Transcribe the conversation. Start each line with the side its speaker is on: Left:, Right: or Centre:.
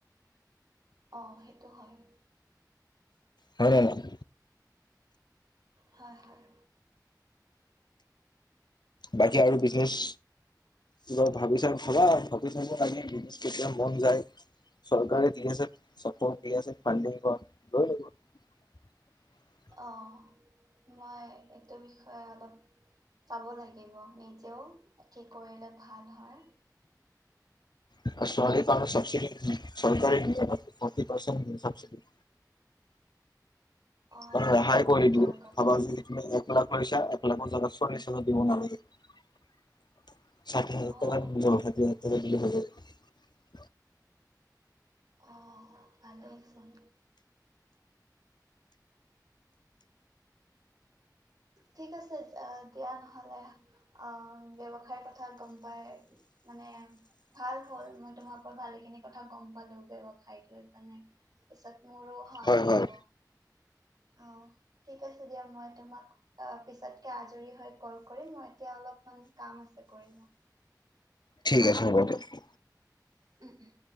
Right: অহ সেইটো হয়।
Left: হয় নে নহয়?
Right: হয়-হয়।
Left: বাকী আৰু বিজনেচ কিবা ভাবি চা ভবা ভাবি চাবা বিজনেচ কেতিয়া মন যায় চৰকাৰে দি আছে। চক দি আছে ফান্দি লৈ লিব <unintelligible>
Right: অহ। মই এইটো বিষয়ে অলপ চাব লাগিব নিজেও, কি কৰিলে ভাল হয়।
Left: আৰু ছোৱালী প চাবচিডি <inaudible> চৰকাৰে ফটি পাৰ্চেণ্ট চাবচিডি।
Right: অঁ
Left: ত
Right: সেইটোতো
Left: ৰেহাই
Right: বহুত
Left: কৰি দিওঁ
Right: ভাল কথা
Left: ভাবা যদি তুমি এক লাখ পইছা ম জাগাত চল্লিশ হাজাৰ দিব নালাগে <unintelligible> ষাঠি হাজাৰ
Right: অঁ
Left: টকাৰ জন ষাঠি হাজাৰ টকা দিলেই হব।
Right: অহ, ভালেইচোন। ঠিক আছে দিয়া নহলে। অহ ব্যৱসায় কথা গম পাই মানে ভাল হল মই তোমাৰোকৰ ভালেখিনি কথা গম পালোগে ব্যৱসায় লৈ পানে পিছত মোৰো সহায়
Left: হয় হয়
Right: হ'ব। অহ, ঠিক আছে। তেতিয়া মই তোমাক পিছতকে আজৰি হৈ কল কৰিম মই এতিয়া অলপমান কাম আছে কৰি লওঁ।
Left: ঠিক আছে হ'ব দিয়া। ত <unintelligible>
Right: উম- উম।